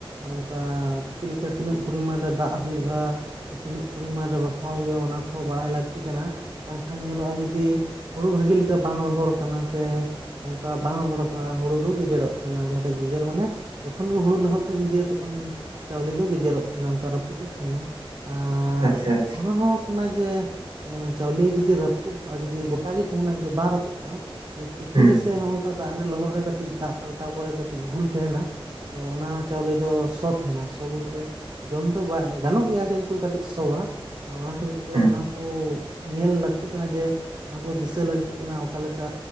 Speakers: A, on the right; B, on the right.
A: ᱚᱱᱠᱟ ᱪᱮᱫ ᱞᱮᱠᱟ ᱛᱤᱱᱟᱹᱜ ᱯᱚᱨᱤᱢᱟᱱ ᱨᱮ ᱫᱟᱜ ᱦᱩᱭᱩᱜᱼᱟ? ᱛᱤᱱᱟᱹᱜ ᱯᱚᱨᱤᱢᱟᱱ ᱨᱮ ᱵᱟᱯᱷᱟᱣ ᱦᱩᱭᱩᱜᱼᱟ ᱚᱱᱟ ᱠᱚᱦᱚᱸ ᱵᱟᱲᱟᱭ ᱞᱟᱹᱠᱛᱤ ᱠᱟᱱᱟ᱾ ᱵᱟᱝᱠᱷᱟᱱ ᱧᱮᱞᱚᱜᱼᱟ ᱡᱩᱫᱤ ᱦᱩᱲᱩ ᱵᱷᱟᱹᱜᱤ ᱞᱮᱠᱟ ᱵᱟᱝ ᱨᱚᱦᱚᱲ ᱠᱟᱱᱟ ᱥᱮ ᱚᱱᱠᱟ ᱵᱟᱝ ᱨᱚᱦᱚᱲ ᱠᱟᱱᱟ ᱦᱩᱲᱩ ᱫᱚ ᱜᱮᱡᱮᱨᱚᱜ ᱛᱟᱦᱮᱱᱟ ᱡᱟᱦᱟᱸᱛᱮ ᱜᱮᱡᱮᱨ ᱢᱟᱱᱮ ᱡᱚᱠᱷᱚᱱ ᱜᱮ ᱦᱩᱲᱩ ᱞᱟᱦᱩᱫ ᱛᱮᱢ ᱤᱫᱤᱭᱟ ᱛᱚᱠᱷᱚᱱ ᱪᱟᱣᱞᱮ ᱫᱚ ᱜᱮᱡᱮᱨᱚᱜ ᱛᱟᱦᱮᱱᱟ ᱚᱱᱠᱟ ᱨᱟᱹᱯᱩᱫᱚᱜ ᱛᱟᱦᱮᱱᱟ᱾ ᱟᱨ
B: ᱟᱪᱪᱷᱟ ᱟᱪᱪᱷᱟ
A: ᱚᱱᱟ ᱦᱚᱸ ᱠᱟᱱᱟ ᱡᱮ ᱮ ᱪᱟᱣᱞᱮ ᱡᱩᱫᱤ ᱨᱟᱹᱯᱩᱫ ᱡᱩᱫᱤ ᱜᱚᱴᱟ ᱜᱮ ᱛᱟᱦᱮᱱᱟ ᱡᱩᱫᱤ ᱵᱟᱝ ᱨᱟᱹᱯᱩᱫ ᱠᱚᱜᱼᱟ ᱛᱤᱠᱤ
B: ᱦᱩᱸ
A: ᱨᱮᱥᱮ ᱱᱚᱝᱠᱟ ᱫᱟᱜ ᱨᱮ ᱞᱚᱦᱚᱫ ᱨᱮ ᱠᱟᱹᱴᱤᱡ ᱫᱟᱜ ᱯᱟᱞᱴᱟᱣ ᱠᱚᱨᱮ ᱠᱟᱹᱴᱤᱡ ᱵᱷᱩᱞ ᱛᱟᱦᱮᱱᱟ᱾ ᱛᱚ ᱚᱱᱟ ᱪᱟᱣᱞᱮ ᱫᱚ ᱥᱚᱛ ᱛᱟᱦᱮᱱᱟ ᱥᱚ ᱵᱚᱞᱛᱮ ᱡᱚᱢ ᱫᱚ ᱜᱟᱱᱚᱜ ᱜᱮᱭᱟ ᱠᱤᱱᱛᱩ ᱛᱩ ᱠᱟᱹᱴᱤᱡ ᱥᱚᱣ-ᱟ ᱚᱱᱟ ᱠᱷᱟᱹᱛᱤᱨ ᱛᱮ
B: ᱦᱩᱸ
A: ᱚᱱᱟ ᱠᱚ ᱧᱮᱞ ᱞᱟᱹᱠᱛᱤ ᱠᱟᱱᱟ ᱡᱮ ᱚᱱᱟ ᱠᱚ ᱫᱤᱥᱟᱹ ᱞᱟᱹᱠᱛᱤ ᱠᱟᱱᱟ ᱚᱠᱟᱞᱮᱠᱟ